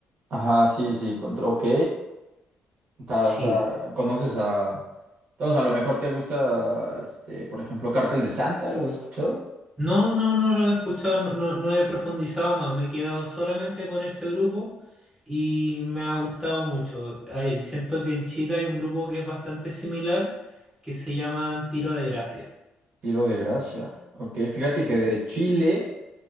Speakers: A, on the right; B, in the centre.
A: Ajá, sí, sí, contra, ok. Está,
B: Sí.
A: está- conoces a, entonces a lo mejor te gusta, este, por ejemplo, Cártel de Santa, ¿los has escuchado?
B: No, no, no lo he escuchado, no, no, no he profundizado más. Me he quedado solamente con ese grupo y me ha gustado mucho. Hay- siento que en Chile hay un grupo que es bastante similar que se llaman Tiro de Gracia.
A: Tiro de Gracia, ok, fíjate
B: Sí.
A: que de Chile.